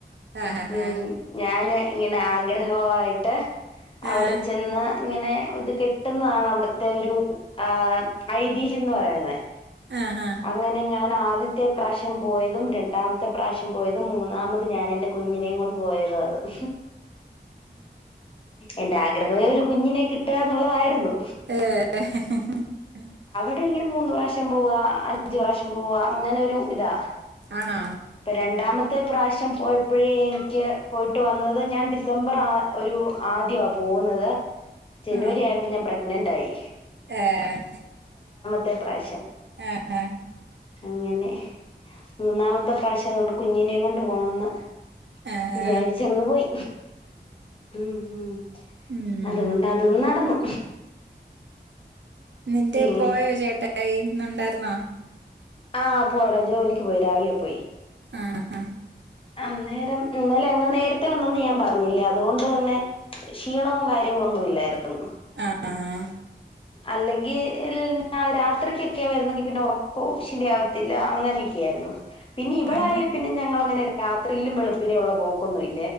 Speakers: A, on the right; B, on the left.
A: ആഹാഹാ.
B: ഉം ഞാന് ഇങ്ങനെ ആഗ്രഹോ ആയിട്ട് അവിടെ
A: ആഹ്.
B: ചെന്ന് അങ്ങനെ ഇത് കിട്ടുന്നതാണ് അവിടുത്തെ ഒരു ആ ഐതിഹ്യം എന്ന് പറയുന്നത്
A: ആഹാ.
B: അങ്ങനെ ഞാൻ ഞാൻ ആദ്യത്തെ പ്രാശ്യം പോയതും രണ്ടാമത്തെ പ്രാശ്യം പോയതും മൂന്നാമത് ഞാൻ എൻ്റെ കുഞ്ഞിനെയും കൊണ്ട് പോയതും അത് <inaudible> എന്റെ ആഗ്രഹേ ഒരു കുഞ്ഞിനെ കിട്ട കിട്ട <unintelligible> ത്വള്ളതായിരുന്നു
A: ഏ ഏ <unintelligible> <inaudible>
B: <unintelligible> ങ്കിലും മൂന്ന് പ്രാവശ്യം പോവ അഞ്ചു വർഷം പോവ അങ്ങനെ ഒരു ഇതാ
A: ആണോ?
B: അപ്പൊ രണ്ടാമത്തെ പ്രാവശ്യം പോയപ്പോഴേ എനിക്ക് പോയിട്ട് വന്നത് ഞാൻ ഡിസംബർ ആ ഒരു ആദ്യ വാ പോകുന്നത് ജനുവരി
A: ആഹ്.
B: ആയപ്പോ ഞാൻ പ്ര നന്റ് ആയി
A: ഏഹ്
B: തെ പ്രാവശ്യം
A: ആഹ ഹഹ
B: അങ്ങനെ മൂന്നാമ പക്ഷെ അതുകൊണ്ട് കുഞ്ഞിനെയും കൊണ്ട് പോണംന്ന്
A: ആഹ്.
B: വിചാരിച്ചങ്ങ് പോയി ഉം ഉം
A: ഉം.
B: അതുകൊണ്ട് അതും നടന്നു
A: എന്നിട്ട്
B: പിന്നെ
A: പോയോ ചേട്ടായി? ഇന്നുണ്ടായിരുന്നോ?
B: ആഹ് പോടാ ജോലിക്ക് പോയി രാവിലെ പോയി
A: ആഹ് ഹ് ഹ്
B: അന്നേരം ഇന്നലെ അങ്ങ് നേരത്തെ വന്നെന്നും ഞാൻ പറഞ്ഞില്ല അതുകൊണ്ട് തന്നെ ക്ഷീണവും കാര്യങ്ങളൊന്നും ഇല്ലായിരുന്നു
A: ആഹാ ആഹാ <inaudible>
B: അല്ലെങ്കിൽ രാത്രിക്ക് ക്കൊക്കെ വരുന്നെങ്കിൽ പിന്നെ ഉറ <unintelligible> ശരി ആവത്തില്ല അങ്ങനെയൊക്കെ ആയിരുന്നു പിന്നെ ഇവളായ
A: അതെ.
B: പിന്നെ ഞങ്ങൾങ്ങനെ രാത്രിയിലും വെളുപ്പിനേ ഉള്ള പോക്കൊന്നും ഇ